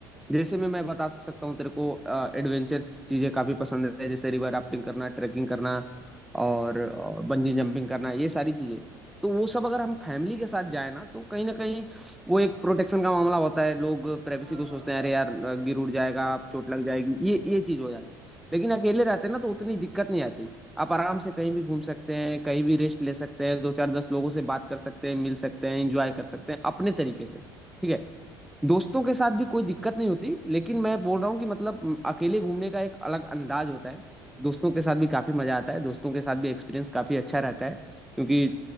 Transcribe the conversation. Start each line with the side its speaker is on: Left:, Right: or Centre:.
Centre: जैसे मैं मैं बता सकता हूँ तेरे को एडवेंचर चीजें काफी पसंद है जैसे रिवर राफ्टिंग करना ट्रैकिंग
Right: हम्म
Centre: करना
Right: हम्म हम्म।
Centre: और, और बंजी जंपिंग करना ये सारी चीजें तो वो सब अगर हम फैमिली के साथ जाए ना तो कहीं ना कहीं वो एक प्रोटेक्शन का मामला होता है लोग प्राइवेसी
Right: हाँ
Centre: को सोचते
Right: हाँ
Centre: हैं
Right: बात
Centre: अरे यार
Right: सही
Centre: अ,
Right: बात
Centre: गिर
Right: है
Centre: उड़ जाएगा चोट लग जाएगी ये ये चीज हो जाती है लेकिन अकेले रहते हैं ना तो उतनी दिक्कत नहीं आती आप आराम से कहीं भी घूम सकते हैं कहीं भी रेस्ट ले सकते हैं दो चार दस लोगों से बात कर सकते हैं मिल सकते हैं एंजॉय कर सकते हैं अपने तरीके से ठीक है दोस्तों के साथ भी कोई दिक्कत नहीं होती लेकिन मैं बोल रहा हूँ कि मतलब म, अकेले घूमने का एक अलग अंदाज होता है दोस्तों के साथ भी काफी मजा आता है दोस्तों के साथ भी एक्सपीरियंस काफी अच्छा रहता है क्योंकि